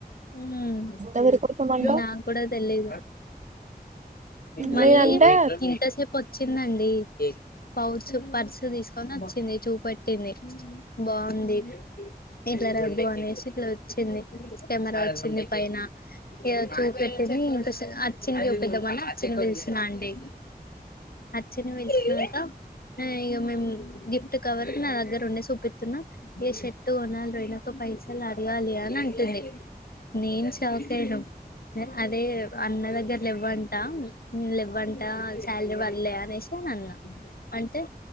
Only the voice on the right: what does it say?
ఎవరి కోసం అంట
నేనంటే